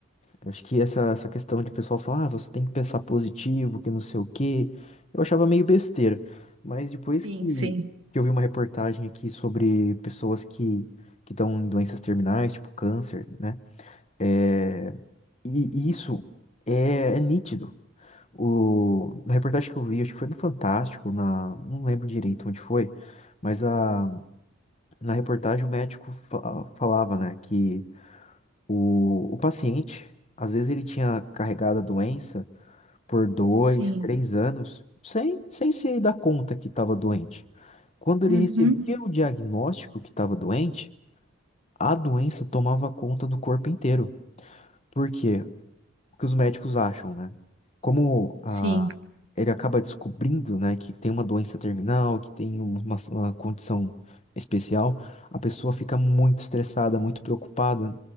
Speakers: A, on the left; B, on the right.
A: eu acho que essa, essa questão de pessoal falar, ah, você tem que pensar positivo, que não sei o quê. Eu achava meio besteira. Mas depois
B: sim,
A: que,
B: sim,
A: que eu vi uma reportagem aqui sobre pessoas que que estão em doenças terminais, tipo câncer, né? É, e isso é, é nítido. O, na reportagem que eu vi, acho que foi no Fantástico, na, não lembro direito onde foi, mas a na reportagem, o médico fa- falava, né, que o, o paciente, às vezes, ele tinha carregado a doença por dois,
B: sim.
A: três anos, sem, sem se dar conta que estava doente. Quando ele
B: Uhum,
A: recebia o diagnóstico que estava doente, a doença tomava conta do corpo inteiro. Por quê? O que os médicos acham, né? Como
B: sim.
A: ele acaba descobrindo, né, que tem uma doença terminal, que tem um, uma, uma condição especial, a pessoa fica muito estressada, muito preocupada,